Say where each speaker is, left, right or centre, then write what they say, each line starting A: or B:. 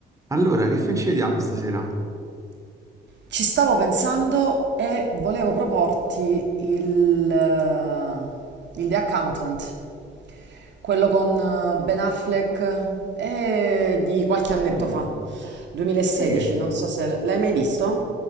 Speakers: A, on the right; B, on the right.
A: Allora, che film ci vediamo stasera?
B: Ci stavo pensando e volevo proporti il, eh, il The Accountant, quello con eh, Ben Affleck e di qualche annetto
A: Ah,
B: fa, 2016,
A: sai che,
B: non so se l- l'hai mai visto?